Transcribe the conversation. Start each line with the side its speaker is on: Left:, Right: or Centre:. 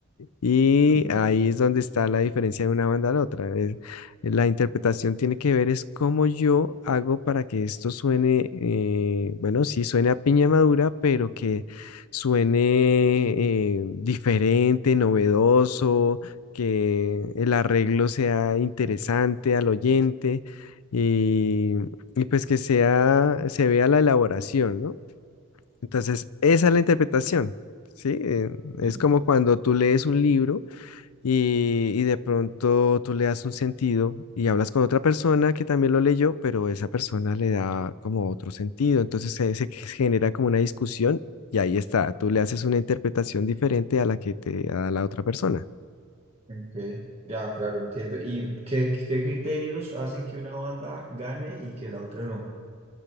Left: Y
Right: Ok,
Left: ahí es donde está la diferencia de una banda a la otra. es- eh, la interpretación tiene que ver es cómo yo hago para que esto suene, eh, bueno, sí, suene a piña madura, pero que suene eh, diferente, novedoso, que el arreglo sea interesante al oyente y, y pues que sea, se vea la elaboración, ¿no? Entonces, esa es la interpretación, ¿sí? Eh, es
Right: ok.
Left: como cuando tú lees un libro y, y de pronto tú le das un sentido y hablas con otra persona que también lo leyó, pero esa persona le da como otro sentido. Entonces se, se <laughs> genera como una discusión y ahí está, tú le haces una interpretación diferente a la que te da la otra persona.
Right: Ok, ya, claro, entiendo. ¿Y qué, qué criterios hacen que una banda gane y que la otra no